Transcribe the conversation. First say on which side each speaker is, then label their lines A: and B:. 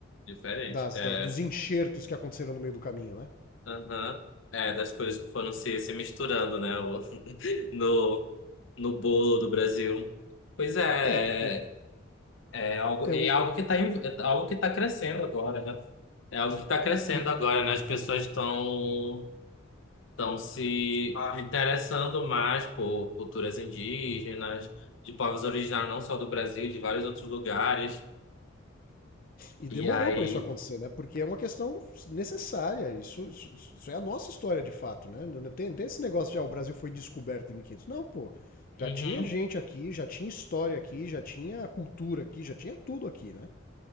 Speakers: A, on the left (about 70°); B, on the left (about 45°).
A: diferente.
B: das,
A: É,
B: das- dos enxertos que aconteceram no meio do caminho, né?
A: aham. É, das coisas que foram se, se misturando, né? o- <laughs> No, no bolo do Brasil. Pois é,
B: É, porque
A: É algo,
B: é
A: e
B: o.
A: é algo que está algo que tá crescendo agora, né? É algo que está crescendo
B: E,
A: agora, né? As pessoas estão estão se interessando mais por culturas indígenas, de povos originários não só do Brasil, de vários outros lugares.
B: E
A: E
B: demorou
A: aí,
B: para isso acontecer, né? Porque é uma questão necessária. Isso, isso, isso é a nossa história de fato, né? Não não tem, não tem esse negócio de ah, o Brasil foi descoberto em 1500. Não, pô. Já
A: uhum,
B: tinha gente aqui, já tinha história aqui, já tinha cultura aqui, já tinha tudo aqui, né?